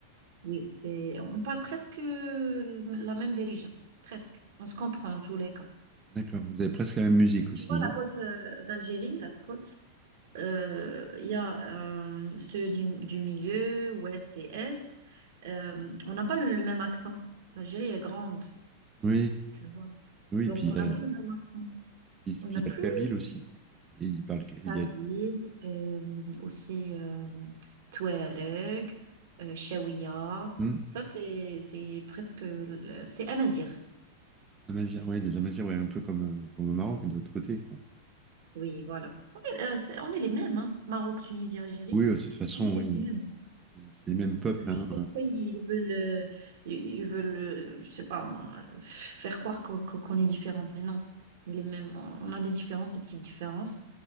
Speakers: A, on the right; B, on the right.
A: oui, c'est... On parle presque la même dérision, presque. On se comprend en tous les cas.
B: D'accord. Vous avez presque la même musique
A: Parce que si
B: aussi,
A: tu vois la
B: non?
A: côte euh, d'Algérie, la côte, euh, il y a euh, ceux du, du milieu, ouest et est. Euh, on n'a pas le, le même accent. L'Algérie est grande,
B: Oui,
A: tu vois.
B: oui.
A: Donc,
B: Et puis
A: on
B: il
A: n'a
B: y
A: pas
B: a,
A: le même accent.
B: puis-
A: On
B: puis
A: a plus
B: il y a le Kabyle aussi. Et il parle, il
A: Kabyle,
B: y a
A: euh, aussi euh, Touareg, euh, Chaouia.
B: Hum,
A: Ça, c'est c'est presque. le- C'est Amazigh.
B: Amazirs, ouais, des Amazirs, ouais, un peu comme, euh, comme au Maroc, de l'autre côté, quoi.
A: Oui, voilà. En fait, euh, c'est- On est, les mêmes, hein. Maroc, Tunisie, Algérie.
B: Oui, euh, de toute façon,
A: On est
B: oui.
A: les mêmes.
B: C'est c'est les mêmes peuples,
A: Euh, Je
B: hein.
A: sais pas pourquoi ils veulent, euh, ils ils veulent, euh, je sais pas moi, euh, faire croire qu'on qu'on- qu'on est différents. Mais non, on est les mêmes. On on a des différences, de petites différences